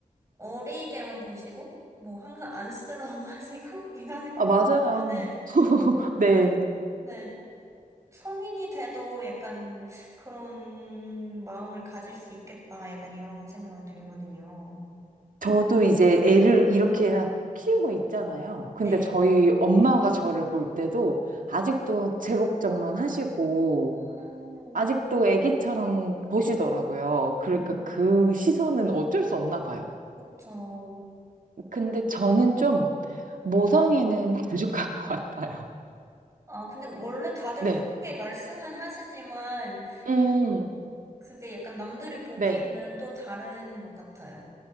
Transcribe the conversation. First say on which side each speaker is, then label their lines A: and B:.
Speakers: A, on the right; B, on the right.
A: 어리게만 보시고 뭐 항상 안쓰러워하시고 <laughs> 이러는 거
B: 아, 맞아요.
A: 보면은
B: 네.
A: 네, 성인이 돼도 약간 그런 마음을 가질 수 있겠다. 약간 이런 생각은 들거든요.
B: 저도 이제 애를 이렇게나 키우고 있잖아요.
A: 네.
B: 근데 저희 엄마가 저를 볼 때도 아직도 제 걱정만 하시고,
A: 음,
B: 아직도 애기처럼 보시더라고요. 그러니까
A: 음,
B: 그 시선은 어쩔 수 없나 봐요.
A: 그쵸.
B: 근데 저는 좀 모성애는 <laughs> 부족한 것 같아요.
A: 아, 근데 원래 다들
B: 네.
A: 그렇게 말씀은 하시지만
B: 음,
A: 그게 약간 남들이 보기에는
B: 네.
A: 또 다른 것 같아요.